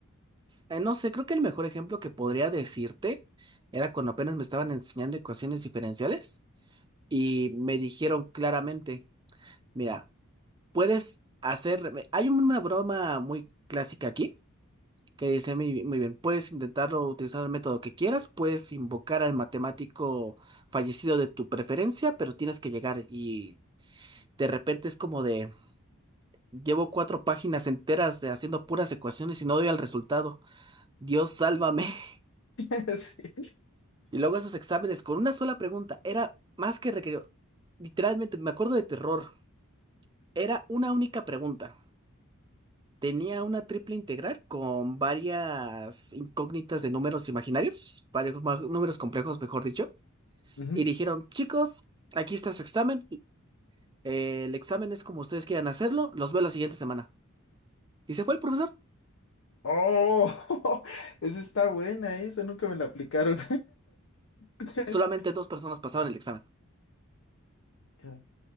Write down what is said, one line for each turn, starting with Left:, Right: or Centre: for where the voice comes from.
Right: Eh, no sé, creo que el mejor ejemplo que podría decirte era cuando apenas me estaban enseñando ecuaciones diferenciales y me dijeron claramente Mira, puedes hacer. me- Hay una broma muy clásica aquí que dice muy, muy bien: puedes intentarlo utilizando el método que quieras, puedes invocar al matemático fallecido de tu preferencia, pero tienes que llegar y de repente es como de. Llevo cuatro páginas enteras de haciendo puras ecuaciones y no doy al resultado. Dios, sálvame. <laughs>
Left: <laughs> Sí.
Right: Y luego esos exámenes con una sola pregunta. Era más que requerido. Literalmente, me acuerdo de terror. Era una única pregunta. Tenía una triple integral con varias incógnitas de números imaginarios, varios ma- números complejos, mejor dicho,
Left: Ujú.
Right: y dijeron, chicos, aquí está su examen, eh, el examen es como ustedes quieran hacerlo, los veo la siguiente semana. Y se fue el profesor,
Left: Oh, <laughs> esa está buena, esa nunca me la aplicaron. <laughs>
Right: solamente dos personas pasaban el examen.
Left: Claro.